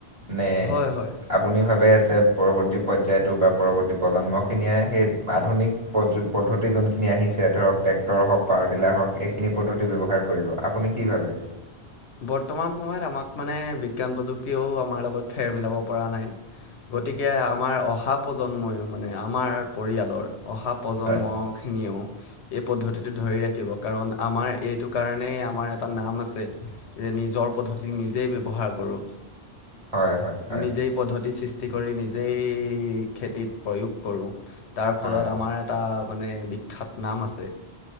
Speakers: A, on the right; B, on the left.
A: নে
B: হয় হয়
A: আপুনি ভাৱে যে পৰৱৰ্তী পৰ্যায়টো বা পৰৱৰ্তী প্ৰজন্মখিনিয়ে সেই আধুনিক প্ৰযু পদ্ধতি যোনখিনি আহিছে ধৰক ট্ৰেক্টৰ হওঁক, পাৱাৰ টিলাৰ হওঁক এইখিনি পদ্ধতি ব্যৱহাৰ কৰিব। আপুনি কি ভাৱে?
B: <inaudible> বৰ্তমান সময়ত আমাক মানে বিজ্ঞান প্ৰযুক্তিও আমাৰ লগত ফেৰ মিলাব পৰা নাই। গতিকে আমাৰ অহা প্ৰজন্ময়ো মানে আমাৰ পৰিয়ালৰ। অহা প্ৰজন্মখিনিয়েও
A: হয়।
B: এই পদ্ধতিটো ধৰি ৰাখিব কাৰণ আমাৰ এইটো কাৰণেই আমাৰ এটা নাম আছে। যে নিজৰ পদ্ধতি নিজেই ব্যৱহাৰ কৰোঁ।
A: হয় হয় হয়
B: নিজেই পদ্ধতি সৃষ্টি। সৃষ্টি কৰি নিজেই খেতিত প্ৰয়োগ কৰোঁ। তাৰ ফলত
A: হয়
B: আমাৰ এটা। মানে বিখ্যাত নাম আছে।